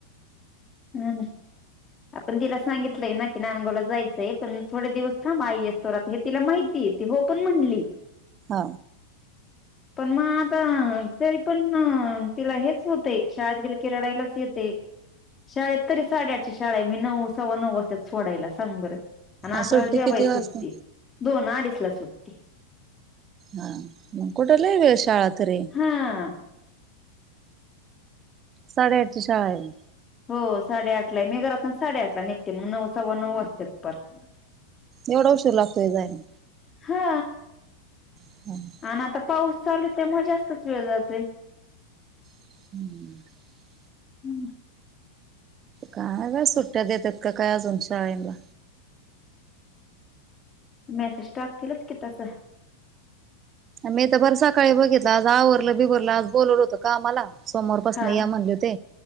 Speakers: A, on the left (about 20°); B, on the right (about 30°).
A: ह आपण तिला सांगितलय ना की, नांदगावला जायचय पण थोडे दिवस थांब आई येस तर आता हे तिला माहितीये ती हो पण म्हणली.
B: ह
A: पण मग आता तरी पण तिला हेच होतय शाळेत गेल की रडायलाच येतय. शाळेत तरी साडेआठची शाळा आहे. मी नऊ सव्वा नऊ वाजत्यात सोडायला सांग बर आणि अकराला
B: सुट्टी
A: जेवाय
B: किती वाजता?
A: सुटती. दोन अडीचला सुटती.
B: हा कुठ लयी दिवस शाळा तरी आहे.
A: हा
B: साडेआठची शाळा आहे.
A: हो साडेआठला आहे. मी घरातनच साडेआठला निघते. मग नऊ सव्वा नऊ वाजत्यात परत.
B: एवढा उशीर लागतोय व्हय जायला.
A: हा
B: <inaudible>
A: आणि आता पाऊस चालू आहे त्यामुळे जास्तच वेळ जातोय.
B: <inaudible>
A: <inaudible>
B: का बाई सुट्ट्या देतात का काय अजून शाळेला.
A: मेसेज टाकतीलच की तस.
B: मी तर पार सकाळी बघितल. आज आवरल बिबरल आज बोलवल होत कामाला. सोमवारपासन
A: हा
B: या म्हणले होते.